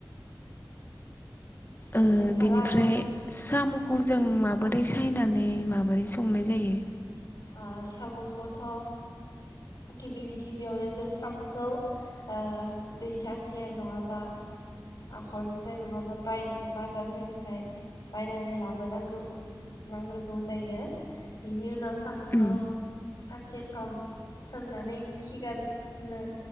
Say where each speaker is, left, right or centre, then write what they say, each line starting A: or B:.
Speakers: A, on the left; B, on the left.
A: ओ
B: नोंथाङा
A: बिनिफ्राय सामखौ जों माबोरै सायनानै माबोरै संनाय जायो?
B: ओ सामखौथ गिबि गिबियावनो जों सामखौ ओ दैसा सेर नङाबा हाखरनिफ्राय नङाबा बाय बाजारफोरनिफ्राय बायनानै लाबोनांगौ नांग्रोगौ जायो बेनि उनाव सामुखौ
A: उम
B: सानसे सम सोमनानै खिगार होनो